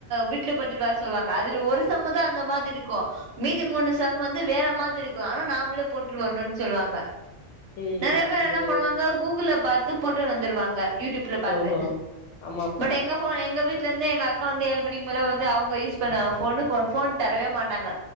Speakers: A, on the right; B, on the left.
A: வீட்டுல பண்ணிட்டு வர சொல்லுவாங்க அதுல ஒரு சம்முதா அந்த மாதிருக்கு மீதி மூணு சம் வந்து வேற மாதிருக்கு ஆனா நாமளே போட்டுட்டு வரனுனு சொல்லுவாங்க
B: ம்
A: நெறைய பேர்
B: அது
A: என்ன பண்ணுவாங்க கூகுள்ல பாத்து போட்டு வந்துடுவாங்க யூடியூப்ல பாத்து
B: ஓஹோ ஆமா
A: பட் எங்க ஃபோ எங்க வீட்ல வந்து எங்க அக்கா வந்து ஏழு மணிக்கு மேலே வந்து அவங்க யூஸ் பண்ணுவாங்க ஃபோனு ஃபோன் தரவே மாட்டாங்க